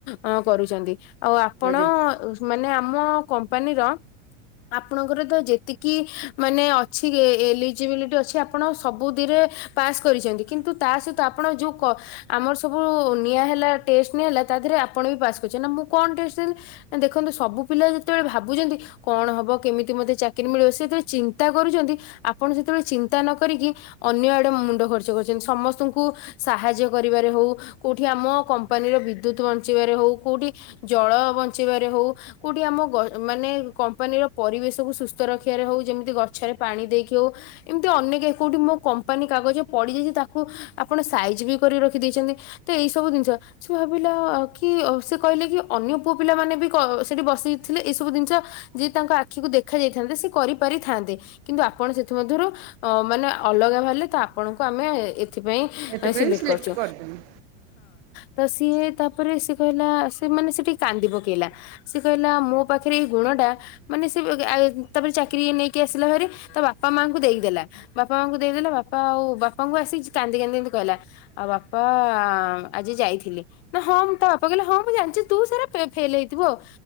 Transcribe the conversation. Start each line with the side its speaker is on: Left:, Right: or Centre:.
Left: ଅ କରୁଛନ୍ତି ଆଉ ଆପଣ
Right: ଆଜ୍ଞା।
Left: ମାନେ ଆମ କମ୍ପାନୀର ଆପଣଙ୍କର ତ ଯେତିକି ମାନେ ଅଛି ଏଲିଜିବିଲିଟି ଅଛି ଆପଣ ସବୁଥିରେ ପାସ୍ କରିଛନ୍ତି କିନ୍ତୁ ତା ସହିତ ଆପଣ ଯଉ କ- ଆମର ସବୁ ନିଆ ହେଲା ଟେଷ୍ଟ ନିଆ ହେଲା ତାଧିରେ ଆପ୍ ଆପଣ ବି ପାସ୍ କରିଛନ୍ତି ମୁଁ କଣ ଟେଷ୍ଟ ଦେଲି ନା ଦେଖନ୍ତୁ ସବୁ ପିଲା ଯେତେଏଳେ ଭାବୁଛନ୍ତି କଣ ହବ କେମିତି ମତେ ଚାକିରି ମିଳିବ ସେ ଯେତେ ବେଳେ ଚିନ୍ତା କରୁଛନ୍ତି ଆପଣ ସେତେବେଳେ ଚିନ୍ତା ନ କରିକି ଅନ୍ୟ ଆଡେ ମୁଣ୍ଡ ଖର୍ଚ୍ଚ କରିଛନ୍ତି ସମସ୍ତଙ୍କୁ ସାହାଯ୍ୟ କରିବାରେ ହଉ କୋଉଠି ଆମ କମ୍ପାନୀର ବିଦ୍ୟୁତ୍ ବ ଚେଇଁବାରେ ହଉ କୋଉଠି ଜଳ ବଞ୍ଚେଇଁବାରେ ହଉ କୋଉଠି ଆମ ଗ- କମ୍ପାନୀର ପରିବେ ଶ ସବୁ ସୁସ୍ଥ ରଖିବାରେ ହଉ ଯେମିତି ଗଛରେ ପାଣି ଦେଇକି ହଉ ଏମିତି ଅନେକ କୋଉଠି ମୋ କମ୍ପାନୀ କାଗଜ ପଡିଯାଇଛି ତାକୁ ଆପଣ ସାଇଜ ବି କରି ରଖି ଦେଇଛନ୍ତି ତ ଏଇ ସବୁ ଜିନିଷ ସେ ଭାବିଲା ଆଉ କି ଅ ସେ କହିଲେ କି ଅନ୍ୟ ପୁଅ ପିଲା ମାନେ ବି କ ସେଠି ବସିକି ଥିଲେ ଏଇ ସବୁ ଜିନିଷ ଯେ ତାଙ୍କ ଆଖିକୁ ଦେ ଦେଖା ଯାଇଥାନ୍ତେ ସେ କରିପାରିଥାନ୍ତେ କିନ୍ତୁ ଆପଣ ସେଥିମଧ୍ୟ ରୁ ଅ- ମାନେ ଅଲଗା ବାହାରିଲେ ତ ଆପଣଙ୍କୁ କୁ ଆମେ ସେଥି ପାଇଁ
Right: ଏଥିପାଇଁ
Left: ସିଲେକ୍ଟ କରିଚୁ
Right: କରିଦେଲି
Left: ତ ସିଏ ତାରେ ସେ କହିଲା ସେ ମାନେ ସେଠି କାନ୍ଦି ପକେଇଲା ସେ କହିଲା ମୋ ପାଖରେ ଏଇ ଗୁଣ ଟା ମାନେ ସେ ଆ <unintelligible> ତାପରେ ଚାକିରି ନେଇକି ଆସିଲା ଭାରି ତା ବାପା ମାଙ୍କୁ ଦେଇଦେଲା ବାପା ମାଙ୍କୁ ଦେଇଦଲା ବାପା ହଉ ବାପାଙ୍କୁ ଆସି କାନ୍ଦି କାନ୍ଦି ଏମତି କହିଲା ଆଉ ବାପା ଆ- ଆଜି ଯାଇଥିଲି। ହଁ ମୁଁ ତା ବାପା କହିଲେ ହଁ ମୁଁ ଜାଣିଛି ତୁ ସାରା ଫେ-ଫେଲ ହେଇଥିବୁ ଆଉ